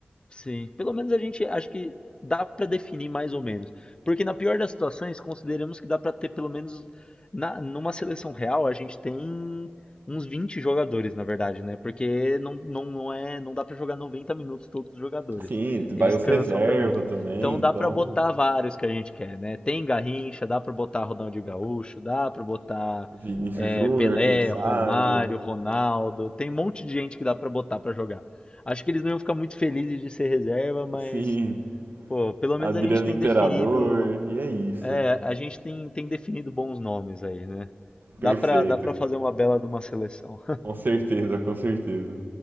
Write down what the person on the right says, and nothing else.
Sim, vai
os
reserva
também,
então.
Vinícius
Júnior,
quem sabe?
Sim,
Adriano
Imperador.
E é isso.
Perfeito.
Com certeza, com certeza.